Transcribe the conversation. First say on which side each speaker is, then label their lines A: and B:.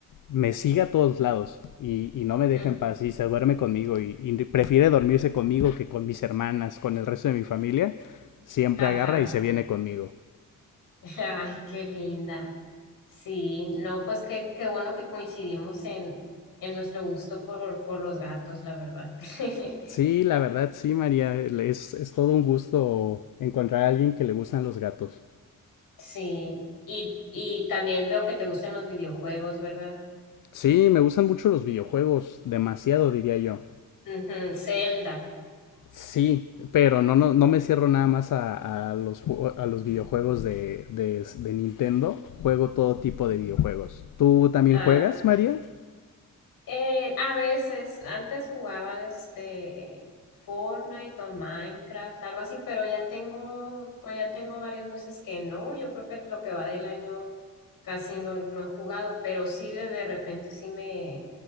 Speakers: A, on the left; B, on the left.
A: me sigue a todos lados y, y no me deja
B: mm,
A: en paz y se duerme conmigo y, y prefiere dormirse conmigo que con mis hermanas, con el resto de mi familia. Siempre
B: Ajá,
A: agarra y se viene conmigo.
B: <laughs> ay, qué linda. Sí, no, pues qué, qué bueno que coincidimos en, en nuestro gusto por, por los gatos, la verdad. <laughs>
A: Sí, la verdad, sí, María. Es, es todo un gusto encontrar a alguien que le gustan los gatos.
B: Sí, y, y también veo que te gustan los videojuegos, ¿verdad?
A: Sí, me gustan mucho los videojuegos, demasiado diría yo.
B: Ujú, Zelda.
A: Sí, pero no, no, no me cierro nada más a, a los, ju- a los videojuegos de, de, de Nintendo. Juego todo tipo de videojuegos. ¿Tú también
B: Ah,
A: juegas, María?
B: eh, a veces, antes jugaba este Fortnite o Minecraft, algo así, pero ya tengo, pues ya tengo varios meses que no. Yo creo que lo que va del año casi no, no he jugado, pero sí de, de repente sí me,